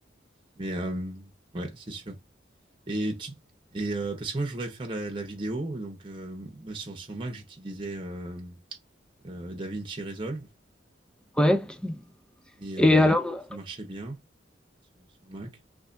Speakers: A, on the right (about 25°); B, in the centre.
A: Mais euh, ouais, c'est sûr. Et, tu- et euh, parce que moi, je voudrais faire la, la vidéo. Donc, euh, moi, sur, sur Mac, j'utilisais euh, euh, DaVinci Resolve.
B: Ouais. tu-
A: Et euh,
B: Et alors,
A: ça marchait bien sur, sur Mac.